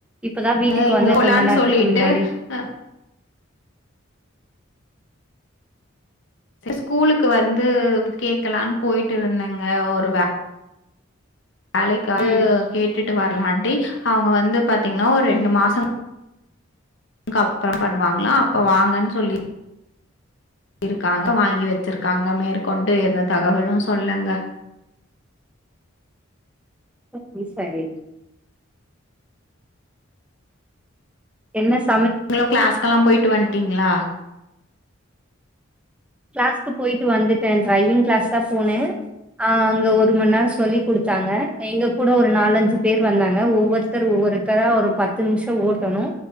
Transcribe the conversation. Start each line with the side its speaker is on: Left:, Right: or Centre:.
Centre: இப்பதா வீட்டுக்கு
Left: அ இங்
Centre: வந்தே
Left: போலான்
Centre: கொஞ்ச நேரத்துக்கு
Left: சொல்ட்டு
Centre: முன்னாடி
Left: அ ஸ்கூலுக்கு வந்து கேக்கலான் போயிட்டுருந்தங்க ஒரு வே வேலைக்காது
Centre: ம்
Left: கேட்டுட்டு வரலான்ட்டி அவுங்க வந்து பாத்தீங்னா ஒரு ரெண்டு மாசோ அப்றோ பண்ணுவாங்ளா அப்ப வாங்கன் சொல்லி இருக்காங்க வாங்கி வெச்சிருக்காங்க மேற்கொண்டு எந்த தகவலூ சொல்லங்க
Centre: <unintelligible> சரி என்ன ஸ்
Left: நீங்க கிளாஸ்க்கெல்லா போயிட்டு வன்ட்டீங்ளா
Centre: கிளாஸ்க்கு போயிட்டு வந்துட்டே ட்ரைவிங் கிளாஸ்தா போனே ஆ அங்க ஒரு மண் நேரோ சொல்லி குடுத்தாங்க எங்க கூட ஒரு நாலஞ்சு பேரு வந்தாங்க ஒவ்வொர் த்தர் ஒவ்வொருத்தரா ஒரு பத்து நிமிஷோ ஓட்டணூ